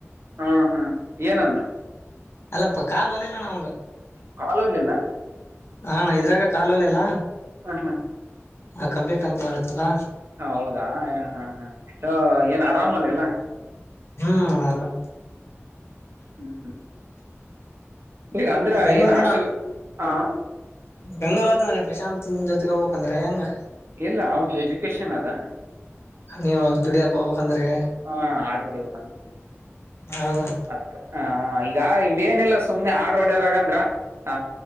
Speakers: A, on the right; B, on the left.
A: ಹಾ ಹ್ಮ್ ಏನಮ್ಮ
B: ಅಲ್ಲಪ್ಪ ಕಾಲು ಹೊಲಲ್ಲಣ ಅವಂಗ
A: ಕಾಲೋಲಿಲ್ಲ
B: ಹಣ ಇದ್ರಾಗ ಕಾಲು ಹೊಲಲ್ಲ
A: ಹ ಹಾ
B: ಹ ಕಂಪ್ಲೀಟ್ ಅಂತ ಮಾಡತ್ತಲ್ಲ
A: ಹ ಹೌದಾ ಹ ಹಾ ಹಾ ಏನ್ ಆರಾಮಲ್ಲ ಅಲ್ಲಾ
B: ಹ್ಮ ಆರಾಮ್
A: ಹ್ಮ್ ಹ್ಮ್ ಈಗ ಅಂದ್ರ
B: ಬೆಂಗಗಳೂರು
A: ಏನ್ ಹಾಸ್ಟೆಲ್
B: ಏನ
A: ಹ
B: ಬೆಂಗ್ಳೂರು ಹತ್್ರ ಪ್ರಶಾಂತ್ ಜೊತೆಗೆ ಹೋಗ್ಕಂದ್ರೆ ಹೆಂಗ
A: ಇಲ್ಲ ಒಂದು ಎಜುಕೇಶನ್ ಅದ
B: ನೀವು ದುಡಿಯಾಕ ಹೋಗ್ಬೇಕಂದ್ರೆ.
A: ಹಾ ಆಡರ ಹಿಡಿಬೇಕಂತ.
B: ಹೌದಾ
A: ಹ ಹಿಂಗಾಗಿ ಇಲ್ಲಿ ಏನಿಲ್ಲ ಸುಮ್ನೆ ಆಡಾರ್ ಹೊಡ್ಯದ್ರಾಗಂದ್ರ. ಹ